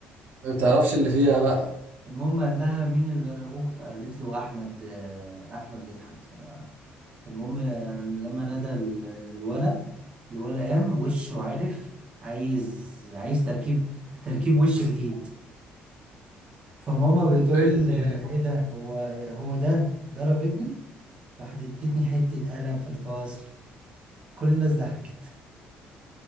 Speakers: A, on the right; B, on the right.
A: ما تعرفش اللي فيها بقى
B: المهم قال لها مين اللي ضربه فقالت له احمد آه، احمد مدحت المهم آه، لما نادى ال- الولا الولا قام وشه عارف عايز عايز تركيب تركيب وش
A: <laughs>
B: جديد فماما بتقول
A: عادي.
B: آه،
A: يعني.
B: ايه ده هو هو ده ضرب ابني راحت ادتني حتة قلم في الفصل كل الناس ضحكت